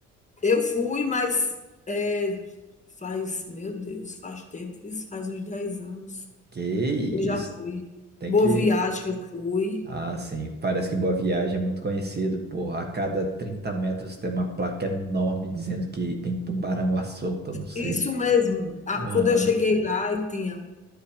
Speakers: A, on the left; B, on the right.
A: Eu fui, mas eh, faz, meu Deus, faz tempo, isso faz uns 10 anos.
B: Que isso,
A: Eu já fui.
B: tem
A: Boa
B: que.
A: Viagem eu fui.
B: Ah, sim, parece que Boa Viagem é muito conhecido, porra. A cada 30 metros tem uma placa enorme dizendo que tem tubarão à solta, eu não sei.
A: Isso mesmo, a
B: Aham.
A: quando eu cheguei lá e tinha